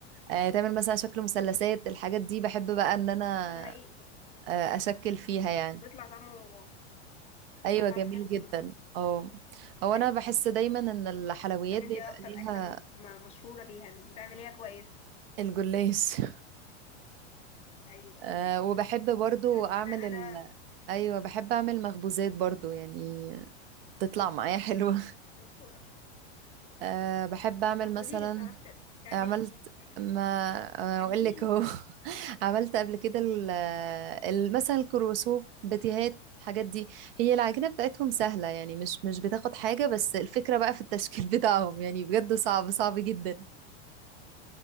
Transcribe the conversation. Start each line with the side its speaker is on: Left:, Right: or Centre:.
Right: أه، يتعمل مثلا شكل مثلثات الحاجات دي بحب بقى ان انا
Left: ده حقيقي
Right: أه، اشكل فيها يعني
Left: وبيطلع طعمه بيطلع
Right: ايوه
Left: طعمه
Right: جميل
Left: حلو
Right: جدا
Left: كل مرة
Right: اه هو
Left: أيوه
Right: انا بحس دايما ان الحلويات
Left: طب
Right: بيبقى
Left: انتي ايه اكتر
Right: ليها
Left: اكلة مبس... ما- مشهورة بيها انك بتعمليها كويس
Right: الجلاش <laughs>
Left: ايوه
Right: أه، وبحب برضو
Left: انا
Right: اعمل
Left: انا
Right: ال...
Left: انا
Right: ايوه بحب اعمل مخبوزات برضو يعني تطلع معايا حلوة
Left: شطورة
Right: <laughs> أه بحب اعمل
Left: طب قولي
Right: مثلا
Left: لي بتعرفي تق- بتعملي
Right: عملت
Left: ايه بتعملي
Right: ما
Left: ازاي
Right: أنا
Left: علميني
Right: اقول لك اهو <laughs> عملت قبل كده ال- آه، ال- مثلا الكروسو بتيهات الحاجات دي هي العجينة بتاعتهم سهلة يعني مش مش بتاخد حاجة بس الفكرة بقى في التشكيل <laughs> بتاعهم يعني بجد صعب صعب جدا